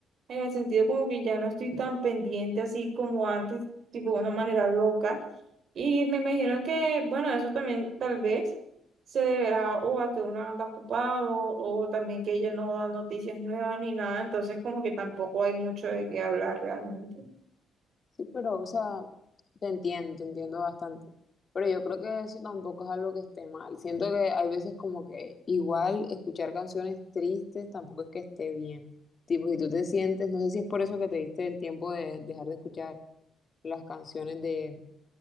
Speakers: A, on the right (about 60°); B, on the left (about 40°).
A: en el sentido como que ya no estoy tan pendiente así como antes, tipo de una manera loca. Y me imagino que, bueno, eso también tal vez se deberá o a que uno anda ocupado o también que ella no da noticias nuevas ni nada, entonces como que tampoco hay mucho de qué hablar realmente.
B: Sí, pero, o sea, te entiendo, te entiendo bastante. Pero yo creo que eso tampoco es algo que esté mal. Siento que hay veces como que igual escuchar canciones tristes tampoco es que esté bien. Tipo, si tú te sientes, no sé si es por eso que te diste el tiempo de dejar de escuchar las canciones de,